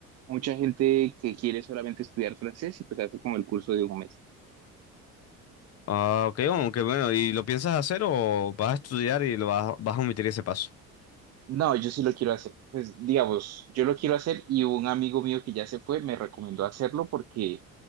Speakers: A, on the right; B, on the left.
A: mucha gente que quiere solamente estudiar francés y pues hace como el curso de un mes.
B: Ah, ok, aunque bueno, ¿y lo piensas hacer o vas a estudiar y lo vas, vas a omitir ese paso?
A: No, yo sí lo quiero hacer. Pues digamos, yo lo quiero hacer y un amigo mío que ya se fue me recomendó hacerlo porque